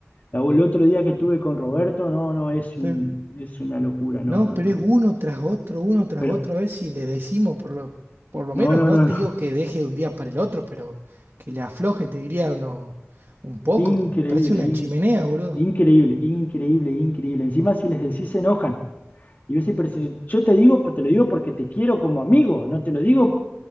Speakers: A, on the left; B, on the right.
A: La- el otro día que estuve con Roberto, no, no, es
B: Sí.
A: un, es una locura, no,
B: No,
A: no,
B: pero
A: no.
B: es uno tras otro, uno tras
A: Pero,
B: otro. A ver si le decimos, por lo, por lo
A: no,
B: menos
A: no,
B: no
A: no,
B: te
A: no.
B: digo
A: <laughs>
B: que deje de un día para el otro, pero que le afloje, te diría uno, un poco.
A: Increíble,
B: Parece una
A: in-
B: chimenea, boludo.
A: increíble, increíble, increíble. Encima si les decís se enojan. Y yo, sí, pero si yo te digo, te lo digo porque te quiero como amigo, no te lo digo